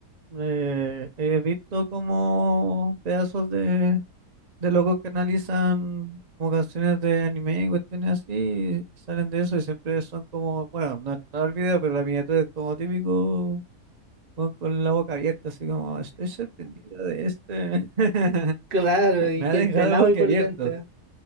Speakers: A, on the right; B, on the right.
A: eh, he visto como pedazos de de locos que analizan como canciones de anime y cuestiones así, y salen de eso y siempre son como, bueno, no está el video, pero la miniatura es como típico, con, con la boca abierta, así como, estoy sorprendida de este, <laughs>
B: Claro, y
A: me
B: que
A: ha dejado
B: pelado
A: boca
B: y con
A: abierto,
B: lentes.